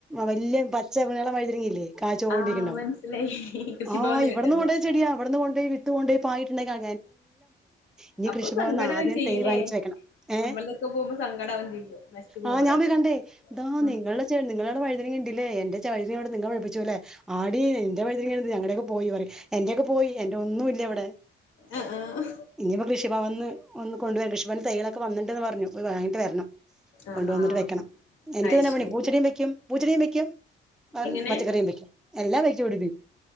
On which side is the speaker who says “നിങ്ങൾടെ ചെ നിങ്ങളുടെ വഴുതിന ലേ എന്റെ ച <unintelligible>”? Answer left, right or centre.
Centre